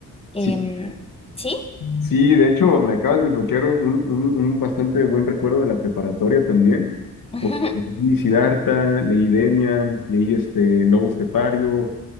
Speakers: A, on the left; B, on the left.
A: Em,
B: Sí,
A: ¿sí?
B: sí, de hecho me acabas de desbloquear un, un, un bastante buen recuerdo de la preparatoria también.
A: <laughs>
B: Porque leí Siddhartha, leí Demian, leí este Lobo Estepario